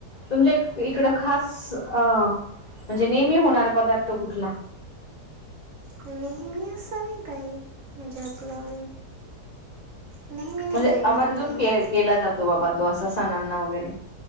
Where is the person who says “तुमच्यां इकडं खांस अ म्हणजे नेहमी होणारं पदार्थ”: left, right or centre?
Left